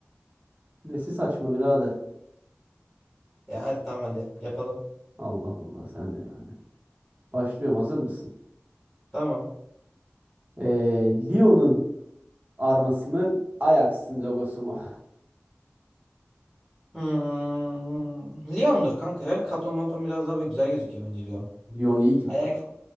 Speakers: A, on the right; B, in the centre.
A: Nesi saçma birader.
B: Ya hadi tamam hadi yapalım.
A: Allah Allah sen de yani. Başlıyorum hazır mısın?
B: Tamam.
A: Ee, Lyon'un arması mı, Ajax'ın logosu mu?
B: Hmm. Lyon'dur kanka ya. Bir Kaplamaton biraz daha böyle güzel gözüküyor bence Lyon.
A: <laughs> Lyon iyi gibi
B: Ajax,
A: ya.